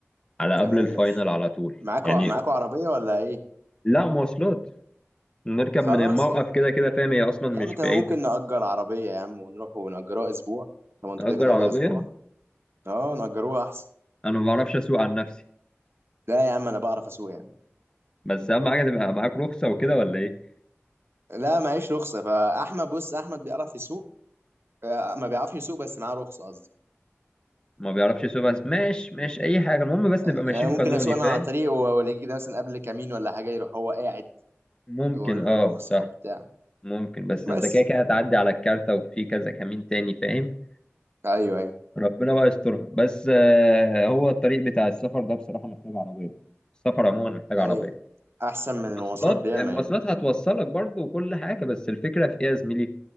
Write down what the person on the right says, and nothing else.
تمام
ماشي
معاكوا
معاكوا عربيه ولا ايه
خلاص
يا عم
يا عم تمام
ممكن نأجر عربيه يا عم ونروح ونأجروها اسبوع طب انتوا
كده كده هتقعدوا
اسبوع اه نأجروها احسن
لا يا عم انا بعرف اسوق يا عم
لا معيش رخصه فاحمد بص احمد بيعرف يسوق آه، ما بيعرفش يسوق بس معاه رخصه قصدي
يعني ممكن
اسوق انا
على طريق والاقي كده مثلا قبل كمين ولا حاجه يروح هو قاعد
يوري له
الرخصه
او بتاع
بس
ايوه ايوه
ايوه
احسن من
المواصلات بياما
يعني